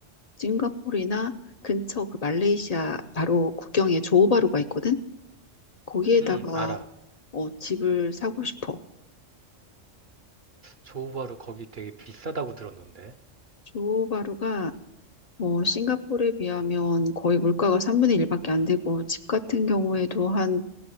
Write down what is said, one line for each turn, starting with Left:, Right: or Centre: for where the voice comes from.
Left: 싱가포르나 근처 그 말레이시아 바로 국경에 조호바루가 있거든. 거기에다가
Right: 응, 알아.
Left: 어, 집을 사고 싶어.
Right: 조우바루 거기 되게 비싸다고 들었는데.
Left: 조호바루가 뭐 싱가포르에 비하면 거의 물가가 3분의 1밖에 안 되고 집 같은 경우에도 한